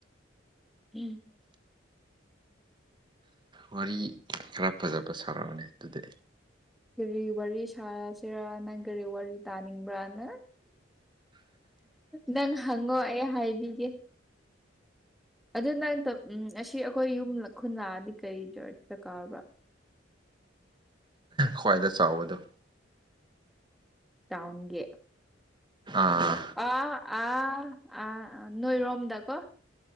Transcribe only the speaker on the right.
ꯋꯥꯔꯤ ꯈꯔ ꯐꯖꯕ ꯁꯔꯛꯑꯣꯅꯦ ꯑꯗꯨꯗꯤ꯫
ꯈ꯭ꯋꯥꯏꯗ ꯆꯥꯎꯕꯗꯣ
ꯑꯥꯥ